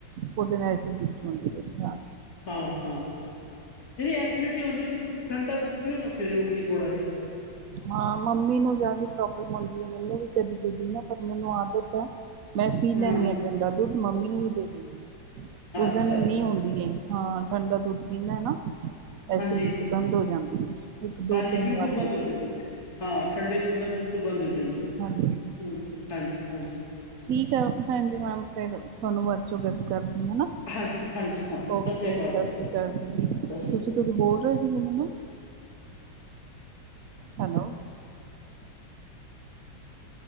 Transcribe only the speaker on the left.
ਹਾਂ-ਹਾਂ, ਦੀਦੀ ਐਸਿਡਿਟੀ ਹੁੰਦੀ ਤਾਂ ਤੁਸੀਂ ਠੰਡਾ ਦੁੱਧ ਪੀਓ ਨਾ ਸਵੇਰੇ ਉੱਠ ਕੇ ਥੋੜ੍ਹਾ ਜਿਹਾ।
ਹਾਂ
ਅੱਛਾ
ਅੱਛਾ
ਅੱਛਾ
ਹਾਂਜੀ
ਹਾਂਜੀ
ਬਿਲਕੁਲ
ਬੰਦ
ਹਾਂ ਠੰਡੇ ਦੁੱਧ ਨਾਲ ਬਿਲਕੁਲ ਬੰਦ ਹੋ ਜਾਂਦੀ
ਹੂੰ, ਹਾਂਜੀ-ਹਾਂਜੀ।
ਹਾਂਜੀ ਹਾਂਜੀ ਹਾਂਜੀ ਸਤਿ
ਸ੍ਰੀ ਅਕਾਲ
ਜੀ
ਸਤਿ ਸ੍ਰੀ
ਅਕਾਲ